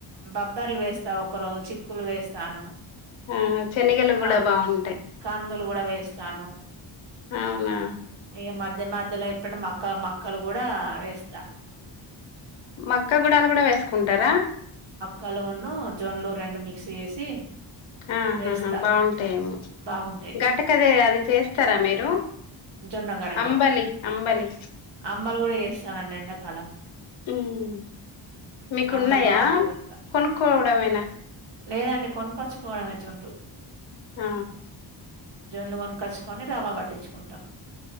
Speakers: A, on the right; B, on the left.
A: బబ్బర్లు వేస్తావు ఒక రోజు చిక్కులు వేస్తాను
B: ఆ శనగలు
A: కా
B: కూడా బాగుండ
A: కందులు కూడా వేస్తాను
B: అవునా
A: ఇగా మధ్య మధ్యలో ఎప్పునా మక్క మక్కలు కూడా వేస్తా
B: మక్క గుడాలు కూడా వేసుకుంటారా
A: కలువును జొన్లు రెండు మిక్స్ చేసి
B: ఆహా
A: వేస్తా
B: హా బాగుంటాయేమో
A: బాగుంటాయి
B: గట్టకదే అది చేస్తారా మీరు
A: జొన్నగడక
B: అంబలి అంబలి
A: అంబలు కూడా వేస్తానండి ఎండాకాలం
B: ఉమ్ మీకున్నాయా
A: అంబలు బాగుంటది ఇంకా
B: కొనుక్కోవడమేనా
A: లేదండి కొనుకచ్చు కోడమి జోన్లు
B: ఆ
A: జొన్లు కొనుకచ్చుకొని రవ్వ పట్టించుకుంటాం